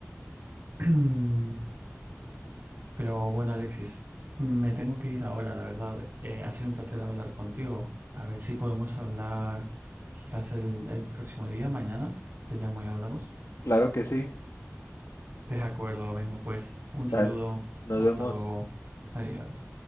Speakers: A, on the right (about 50°); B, on the left (about 80°).
A: <clears throat> Pero bueno, Alexis, me tengo que ir ahora, la verdad. Eh, ha sido un placer hablar contigo. A ver si podemos hablar quizás el, el próximo día, mañana. Te llamo y hablamos.
B: Claro que sí.
A: De acuerdo, venga pues, un saludo,
B: O nos
A: hasta
B: vemos.
A: luego, adiós.